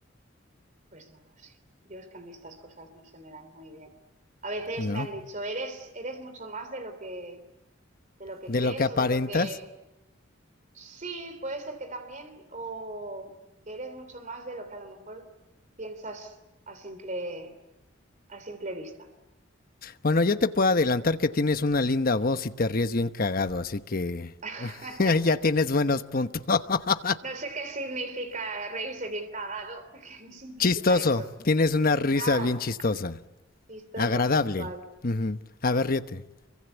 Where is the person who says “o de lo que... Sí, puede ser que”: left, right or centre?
Right